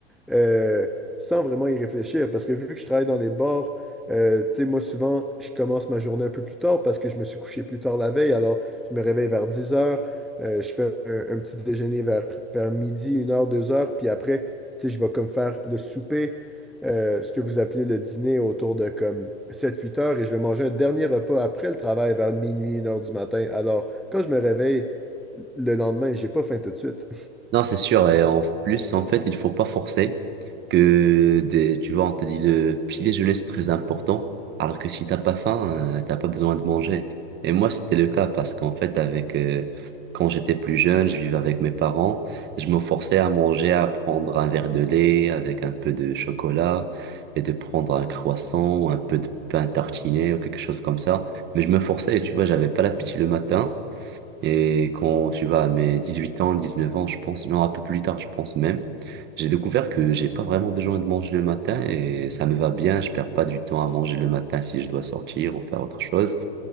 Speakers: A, in the centre; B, on the right.
A: euh, sans vraiment y réfléchir. Parce que vu que je travaille dans les bars, euh, tu sais, moi, souvent, je commence ma journée un peu plus tard parce que je me suis couché plus tard la veille. Alors, je me réveille vers 10 heures. euh, je fais un, un petit déjeuner vers, vers midi, une heure, 2 heures. Puis après, tu sais, je vais comme faire le souper euh, ce que vous appelez le dîner autour de comme sept huit heures et je vais manger un dernier repas après le travail vers minuit, une heure du matin. Alors, quand je me réveille le lendemain, j'ai pas faim tout de suite.
B: Non, c'est sûr. Et en plus, en fait, il faut pas forcer que des, tu vois, on te dit le petit déjeuner, c'est très important. Alors que si t'as pas faim, euh, t'as pas besoin de manger. Et moi, c'était le cas parce qu'en fait, avec, euh, quand j'étais plus jeune, je vivais avec mes parents. Je me forçais à manger, à prendre un verre de lait avec un peu de chocolat et de prendre un croissant ou un peu de pain tartiné ou quelque chose comme ça. Mais je me forçais, tu vois, j'avais pas l'appétit le matin. Et quand tu vas à mes 18 ans, 19 ans, je pense, non, un peu plus tard, je pense même, j'ai découvert que j'ai pas vraiment besoin de manger le matin et ça me va bien, je perds pas du temps à manger le matin si je dois sortir ou faire autre chose.